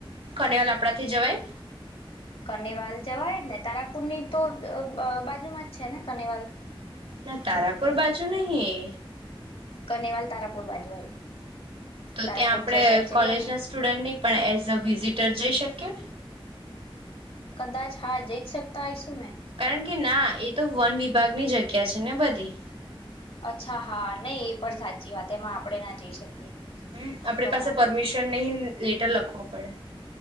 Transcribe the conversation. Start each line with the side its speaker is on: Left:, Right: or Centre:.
Right: ખનેવાલ આપડા થી જવાય?
Left: કાર્નિવાલ જવાય જ ને. તારાપુરની તો અહ બ-બાજુમાં જ છે ને કાર્નિવાલ.
Right: ના તારાપુર બાજુ નહીં એ.
Left: કનેવાલ તારાપુર બાજુ હોય.
Right: તો
Left: તારાપુર
Right: ત્યાં આપણે
Left: જ સાઈડ જઈએ
Right: કોલેજના
Left: ને
Right: સ્ટુડન્ટ નહી, પણ એઝ અ વિઝિટર જઈ શકીએ?
Left: કદાચ હા જઈ જ શકતા હયશું ને.
Right: કારણ કે ના એ તો વન વિભાગની જગ્યા છે ને બધી.
Left: અચ્છા હા નહી એ પણ સાચી વાત, એમાં આપણેે ના જઈ શકીએ.
Right: હમ્મ, આપડી
Left: બરાબર
Right: પાસે પરમિશન નહીં, લેટર લખ ખો પડે.